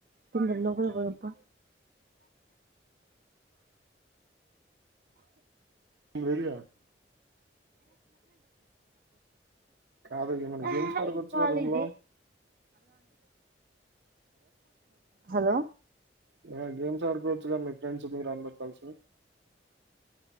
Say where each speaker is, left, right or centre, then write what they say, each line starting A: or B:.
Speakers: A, on the right; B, on the right.
A: ఉండు ఉండు లోపలికు పోదాం పా.
B: ఇవి వేరు కదా. కాదు ఏమైనా
A: ఏహ్
B: గేమ్స్ ఆడుకోవచ్చుగా
A: ఇది ఫాల్
B: రూమ్
A: ఇది.
B: లో
A: హలో.
B: ఏదైనా గేమ్స్ ఆడుకోవచ్చు కదా మీ ఫ్రెండ్స్ మీరు అందరు కలిసి.